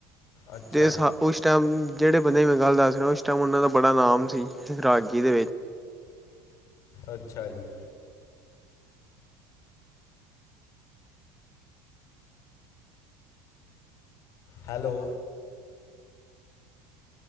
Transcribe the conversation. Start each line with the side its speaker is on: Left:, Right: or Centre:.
Left: ਅੱਛਾ
Centre: ਤੇ ਸਾ ਉਸ ਟਾਈਮ, ਜਿਹੜੇ ਬੰਦੇ ਦੀ ਮੈਂ ਗੱਲ ਦੱਸ ਰਿਹਾ। ਉਸ ਟਾਈਮ ਉਹਨਾਂ ਦਾ ਬੜਾ ਨਾਮ ਸੀ। ਇਸ ਰਾਗੀ ਦੇ ਵਿੱਚ
Left: ਅੱਛਾ ਜੀ। ਹੈਲੋ।